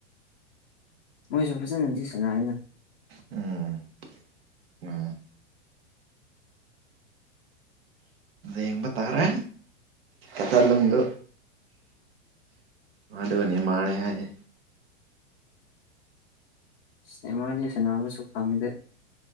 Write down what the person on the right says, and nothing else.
ꯎꯝ ꯎꯝ ꯌꯦꯡꯕ ꯇꯥꯔꯦ ꯑꯀꯥꯜꯂꯝꯗꯨ ꯃꯗꯨꯅꯦ ꯃꯥꯅꯦ ꯍꯥꯏꯌꯦ